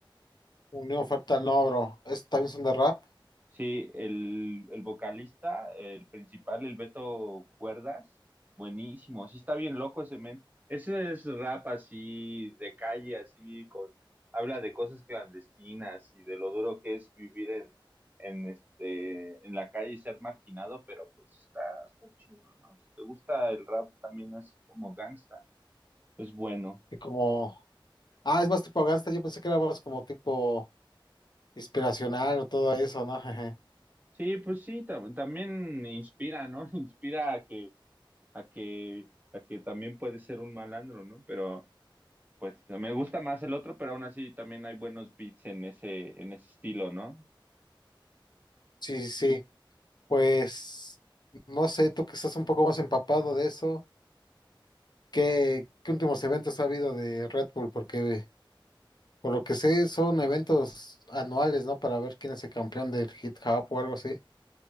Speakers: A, on the left; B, on the right.
A: Unión Fractal no, bro. Estos también son de rap.
B: Sí, el, el vocalista, el principal, el Beto Cuerdas, buenísimo. Sí, está bien loco ese men. Ese es rap así de calle, así con, habla de cosas clandestinas y de lo duro que es vivir en, en este, en la calle y ser marginado, pero pues está, está chido, ¿no? Si te gusta el rap también así como gangsta, es bueno.
A: Y como. Ah, es más tipo gangsta. Yo pensé que era más como tipo inspiracional o todo eso, ¿no? <laughs> Jeje.
B: Sí, pues sí, tam- también inspira, ¿no? <laughs> Inspira a que, a que, a que también puede ser un malandro, ¿no? Pero pues me gusta más el otro, pero aún así también hay buenos beats en ese, en ese estilo, ¿no?
A: Sí, sí, sí. Pues. No sé, tú que estás un poco más empapado de eso. ¿Qué, qué últimos eventos ha habido de Red Bull? Porque por lo que sé, son eventos anuales, ¿no? Para ver quién es el campeón del hip hop o algo así.